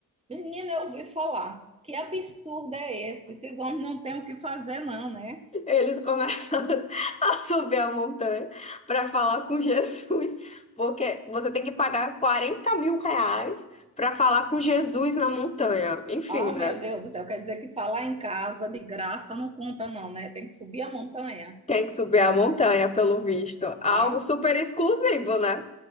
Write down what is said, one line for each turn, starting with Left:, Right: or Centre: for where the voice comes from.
Right: menina, eu ouvi falar. Que absurdo é esse? Esses homens não têm o que fazer, não, né?
Left: Eles começam <laughs> a subir a montanha para falar com Jesus, porque você tem que pagar 40 mil reais para falar com Jesus na montanha. Enfim,
Right: Ah,
Left: né?
Right: meu Deus do céu, quer dizer que falar em casa de graça não conta, não, né? Tem que subir a montanha.
Left: Tem que subir a montanha, pelo visto. Algo
Right: Ah,
Left: super exclusivo, né?